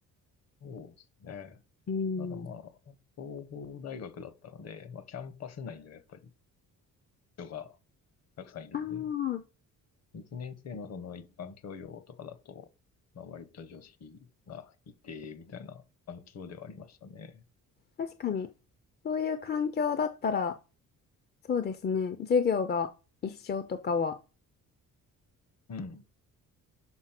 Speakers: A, on the left; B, on the left.
A: そうですね。
B: うん。
A: ただまあ、総合大学だったので、まあ、キャンパス内ではやっぱり人がたくさんいるんで、
B: ああ、
A: 1年生のその一般教養とかだと、まあ、割と女子がいて、みたいな環境ではありましたね。
B: 確かに。そういう環境だったら、そうですね。授業が一緒とかは、
A: うん。